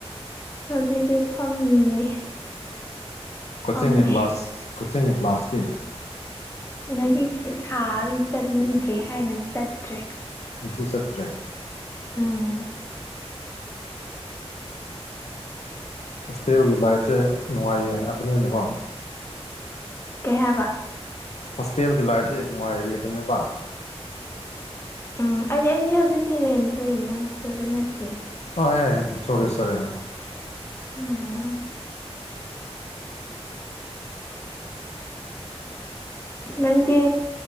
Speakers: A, on the left (about 20°); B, on the left (about 85°).
A: ꯑꯗꯨꯏꯗꯤ ꯐꯝꯃꯤ
B: ꯀꯣꯆꯤꯡꯒꯤ
A: ꯐꯝꯃꯦ
B: ꯀ꯭ꯂꯥꯁ ꯀꯣꯆꯤꯡꯒꯤ ꯀ꯭ꯂꯥꯁꯀꯤ
A: ꯉꯗꯤ ꯁꯥꯕꯤ ꯆꯠꯅꯤꯡꯗ꯭ꯔꯦ ꯍꯥꯏꯅ ꯆꯠꯇ꯭ꯔꯦ
B: ꯁꯤ ꯁꯠꯇꯔꯦ
A: ꯑꯝ
B: ꯑꯇꯦꯕꯒꯤ ꯂꯥꯏꯐꯁꯦ ꯅꯨꯡꯉꯥꯏ ꯍꯥꯏꯕꯅꯤꯅꯀꯣ
A: ꯀꯍꯕ
B: ꯍꯣꯁꯇꯦꯜꯒꯤ ꯂꯥꯏꯐꯁꯤꯦ ꯅꯨꯡꯉꯥꯏꯔꯤꯕꯅꯦꯕ
A: ꯎꯝ ꯑꯩ ꯑꯩꯒꯤ ꯍꯧꯖꯤꯛꯇꯤ ꯏ ꯔꯦꯟꯗ ꯂꯩꯔꯤꯅꯦ ꯍꯣꯁꯇꯦꯜꯗ ꯅꯠꯇꯦ
B: ꯍ ꯆ ꯆꯔꯦ
A: ꯎꯝ ꯅꯪꯗꯤ